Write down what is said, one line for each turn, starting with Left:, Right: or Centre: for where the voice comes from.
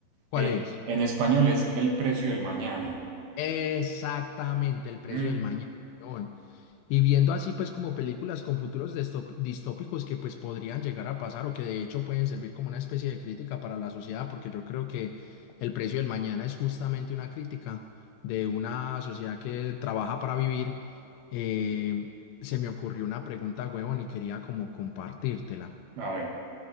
Left: ¿Cuál
Right: Eh,
Left: es?
Right: en español es El precio del mañana.
Left: Exactamente, el precio
Right: Ujú.
Left: del mañana. weón. Y viendo así pues como películas con futuros distop- distópicos que pues podrían llegar a pasar o que de hecho pueden servir como una especie de crítica para la sociedad, porque yo creo que el precio del mañana es justamente una crítica de una sociedad que trabaja para vivir. eh, se me ocurrió una pregunta, huevón, y quería como compartírtela.
Right: A ver.